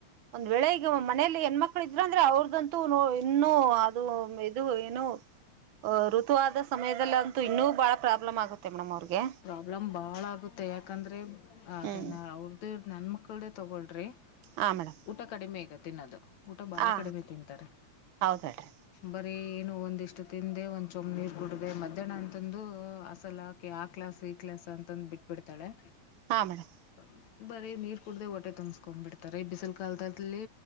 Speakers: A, on the right; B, on the left.
A: ಒಂದ್ ವೇಳೆ ಈಗ ಮನೇಲಿ ಹೆಣ್ಮಕ್ಳ ಇದ್ರ ಅಂದ್ರೆ ಅವ್ರದಂತೂ ಇನ್ನು ಅದು ಇದು ಏನು ಅ ಋತುವಾದ ಸಮಯದಲ್ಲಿ ಅಂತೂ ಇನ್ನೂ ಬಹಳ ಪ್ರಾಬ್ಲಮ್ ಆಗುತ್ತೆ ಮೇಡಮ್ ಅವ್ರಿಗೆ
B: ಪ್ರಾಬ್ಲಮ್ ಭಾಳ ಆಗುತ್ತೆ ಯಾಕಂದ್ರೆ ಅದ
A: ಹ್ಮ್
B: ಅವ್ರದ್ದು ನನ್ನ ಮಕ್ಕಳದ್ದೆ ತೊಗೊಳ್ರಿ
A: ಹಾ ಮೇಡಮ್
B: ಊಟ ಕಡಿಮೆ ಈಗ ತಿನ್ನೋದು ಊಟ ಬಾಳ
A: ಹಾ
B: ಕಡಿಮೆ ತಿಂತಾರೆ
A: ಹೌದು ಹೇಳ್ರಿ
B: ಬರೀ ಏನು ಒಂದಿಷ್ಟು ತಿಂದೆ ಒಂದ್ ಚೊಂಬ್ ನೀರು ಕುಡಿದೆ ಮಧ್ಯಾಹ್ನ ಅಂತಂದು ಹಸಲ್ ಹಾಕಿ ಹಾಕ ಕ್ಲಾಸ್ ಈ ಕ್ಲಾಸ್ ಅಂತಂದು ಬಿಟ್ಬ ಬಿಡ್ತಾಳೆ
A: ಹಾ ಮೇಡಮ್.
B: ಬ <unintelligible> ಬರೀ ನೀರ್ ಕುಡ್ದೆ ಹೊಟ್ಟೆ ತುಂಬ್ಸೊಕೊಂಡ್ ಬಿಡ್ತಾರೆ ಬಿಸಿಲು ಕಾಲದಲ್ಲಿ